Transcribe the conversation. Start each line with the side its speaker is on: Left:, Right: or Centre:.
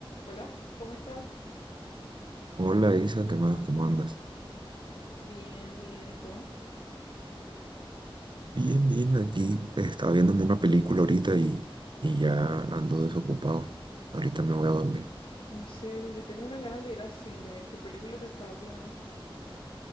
Left: Hola, ¿cómo estás?
Right: Hola Isa, ¿qué más? ¿Cómo andas?
Left: Bien, bien, ¿y tú?
Right: Bien, bien, aquí eh, estaba viéndome una película ahorita y, y ya ando desocupado. Ahorita me voy a dormir.
Left: En serio, yo tengo unas ganas de ir al cine. ¿Qué película te estabas viendo?